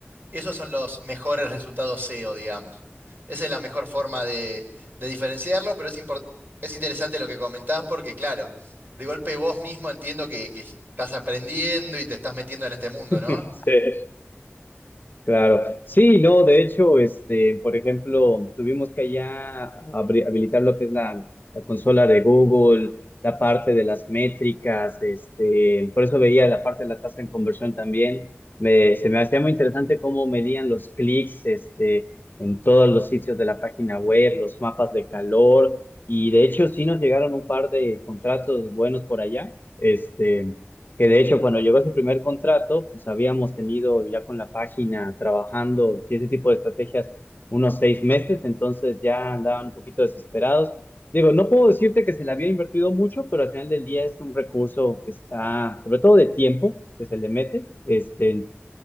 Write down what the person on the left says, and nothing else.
<laughs>
sí. Claro, sí, no, de hecho, este, por ejemplo, tuvimos que allá abri- habilitar lo que es la, la consola de Google, la parte de las métricas, este, por eso veía la parte de la tasa en conversión también. Me, se me hacía muy interesante cómo medían los clics, este, en todos los sitios de la página web, los mapas de calor, y de hecho sí nos llegaron un par de contratos buenos por allá. Este, que de hecho, cuando llegó su primer contrato, pues habíamos tenido ya con la página trabajando y ese tipo de estrategias unos seis meses, entonces ya andaban un poquito desesperados. Digo, no puedo decirte que se le había invertido mucho, pero al final del día es un recurso que está, sobre todo de tiempo, que se le mete. Este,